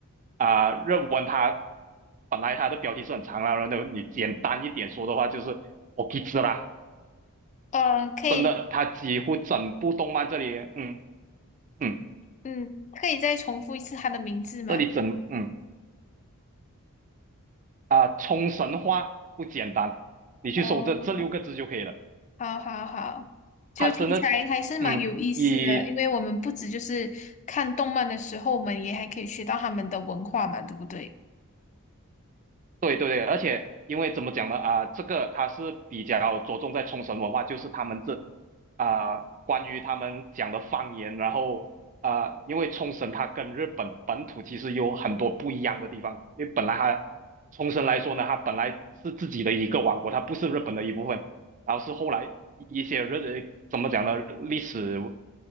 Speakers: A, on the right; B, on the left.
A: 啊、呃日文它本来它的标题是很长啦，然后你简单一点说的话就是 o k i 啦，
B: 呃，可以
A: 真的它几乎整部动漫这里嗯嗯
B: 嗯，可以再重复一次他的名字吗？
A: 这里整嗯啊、呃冲绳话不简单，你去搜这这六个字就可以了，
B: 哦，好好好，就听起来还是蛮有意思的，
A: 它真的嗯以
B: 因为我们不止就是看动漫的时候，我们也还可以学到他们的文化嘛，对不对？
A: 对对对，而且因为怎么讲呢？啊、这个它是比较着重在冲绳文化，就是他们这啊、关于他们讲的方言，然后啊、因为冲绳它跟日本本土其实有很多不一样的地方，因为本来它冲绳来说呢，它本来是自己的一个王国，它不是日本的一部分，然后是后来一些日怎么讲呢？历史